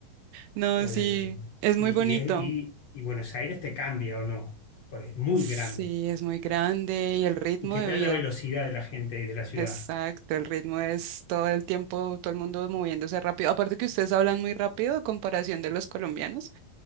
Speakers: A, on the right (about 85°); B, on the left (about 60°).
A: No,
B: Eh,
A: sí, es
B: y,
A: muy bonito.
B: y, es- y- y Buenos Aires te cambia o no, pues es muy
A: Sí,
B: grande.
A: es muy grande y el ritmo
B: ¿Y qué
A: de
B: tal
A: vida.
B: la velocidad de la gente y de la ciudad?
A: Exacto, el ritmo es todo el tiempo, todo el mundo moviéndose rápido. Aparte que ustedes hablan muy rápido a comparación de los colombianos.